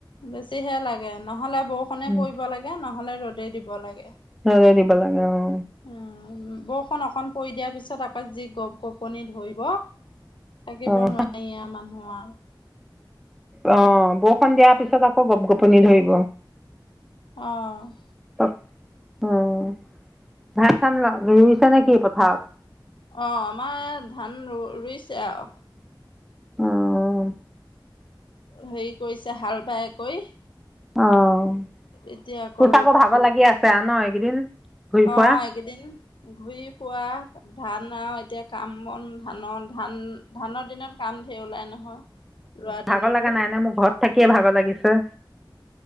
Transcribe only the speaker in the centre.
উম।
ৰ'দেই দিব লাগে অ'
অ',
অ', বৰষুণ দিয়াৰ পিছত আকৌ গপ গপনি ধৰিব।
পত উম' ধান চান ৰুইছ নে কি পথাৰত?
উম,
অ তোৰ
চাগৈ ভাগৰ লাগি আছে আৱ ন এইকেইদিন ঘূৰি
ফুৰা,
ভাগৰ লাগা নাই নে মোৰ ঘৰত থাকিয়ে ভাগৰ লাগিছে